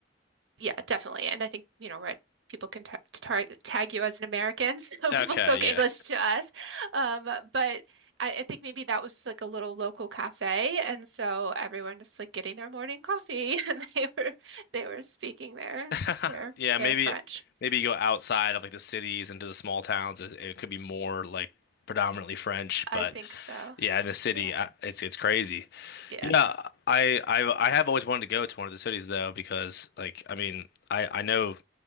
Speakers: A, on the right (about 80°); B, on the left (about 60°).
A: yeah, definitely. And I think, you know, right, people can ta tar tag you as an American, <laughs> so
B: Okay,
A: people spoke
B: yeah.
A: English to us. Um, but I, I think maybe that was like a little local cafe, and so everyone just like getting their morning coffee, <laughs> and they were they were speaking their
B: <laughs>
A: their
B: Yeah, maybe
A: their French.
B: maybe you go outside of like the cities into the small towns. It, it could be more like predominantly French,
A: I
B: but
A: think so.
B: yeah, in the city,
A: Yeah.
B: I, it's it's crazy.
A: Yeah.
B: Yeah, I I I have always wanted to go to one of the cities though because like I mean, I I know